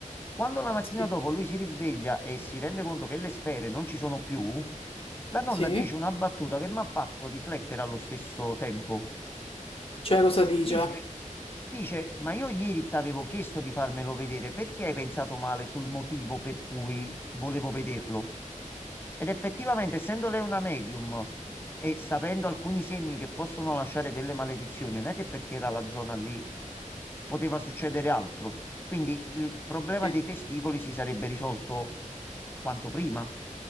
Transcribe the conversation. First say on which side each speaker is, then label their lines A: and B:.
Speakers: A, on the left (about 15°); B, on the left (about 45°).
A: Quando la mattina
B: sì,
A: dopo lui si risveglia e si rende conto che le sfere non ci sono più, la donna
B: sì.
A: dice una battuta che mi ha fatto riflettere allo stesso tempo.
B: Cioè, cosa dice?
A: Dice, dice, ma io ieri ti avevo chiesto di farmelo vedere, perché hai pensato male sul motivo per cui volevo vederlo? Ed effettivamente, essendo lei una medium e sapendo alcuni segni che possono lasciare delle maledizioni, non è che perché era la zona lì poteva succedere altro. Quindi il problema
B: Sì.
A: dei testicoli si sarebbe risolto quanto prima.